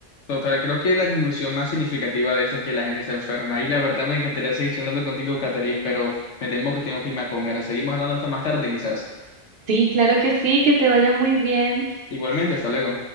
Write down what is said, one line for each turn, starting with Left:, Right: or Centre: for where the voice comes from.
Left: Total, creo que la conclusión más significativa de eso es que la gente está enferma. Y la verdad me encantaría seguir charlando contigo, Catherine, pero me temo que tengo que irme a comer. Seguimos hablando de esto más tarde, quizás.
Right: Sí, claro que sí, que te vaya muy bien.
Left: Igualmente, hasta luego.